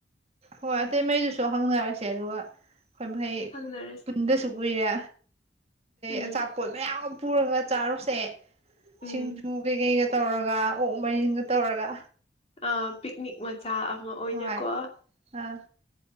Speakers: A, on the right (about 35°); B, on the left (about 35°).
A: ꯍꯣꯏ ꯑꯇꯩ ꯃꯩꯗꯨꯁꯨ ꯍꯪꯅꯔꯁꯦ ꯑꯗꯨꯒ ꯍꯣꯏ ꯃꯍꯩ
B: ꯁꯪꯅꯔꯁꯦ
A: ꯄꯨꯟꯗꯁꯨ ꯀꯨꯏꯔꯦ
B: ꯎꯝ
A: ꯑ ꯆꯥꯄꯣꯜ ꯃꯌꯥꯝ ꯄ ꯄꯨꯕꯠ ꯆꯥꯔꯨꯁꯦ
B: ꯎꯝ
A: ꯁꯤꯡꯖꯨ ꯀꯩꯀꯩꯒ ꯇꯧꯔꯒ ꯑꯣ ꯃꯩ ꯍꯪ ꯇꯧꯔꯒ
B: ꯑ ꯄꯤꯛꯅꯤꯛ ꯃ ꯑꯣꯖꯥ ꯑꯃ ꯑꯣꯏꯅꯀꯣ
A: ꯍꯣꯏ ꯑꯥ